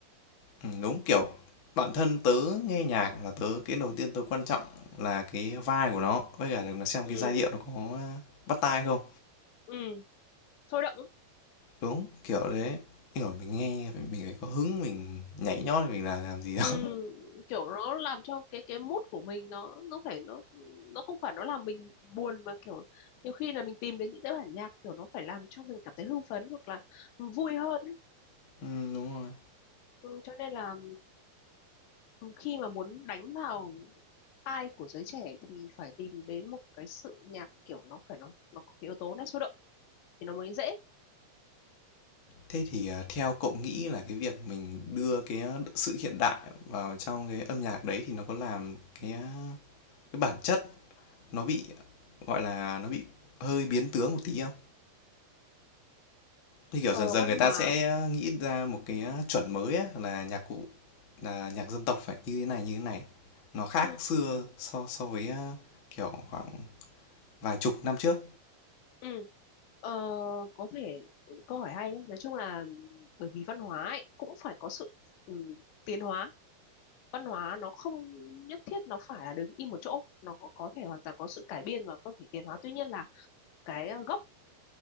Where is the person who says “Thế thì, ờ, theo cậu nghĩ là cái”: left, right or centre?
Left